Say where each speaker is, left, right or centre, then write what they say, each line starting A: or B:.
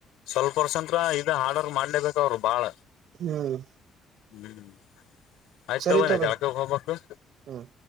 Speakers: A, on the left (about 85°); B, on the right (about 60°).
A: ಸ್ವಲ್ಪ ವರ್ಷ ಅಂತ್ರ ಇದದು ಹಾರ್ಡ್ವರ್ ಮಾಡ್ಲೇಬೇಕ ಅವ್ರು ಬಾಳ
B: ಹ್ಮ್
A: ಹ್ಮ್ ಆಯ್ತ್ತವ
B: ಸರಿ ತೋಬಿ
A: ಜಾಟೋ ಹಬ ಕಸ
B: ಹ್ಮ್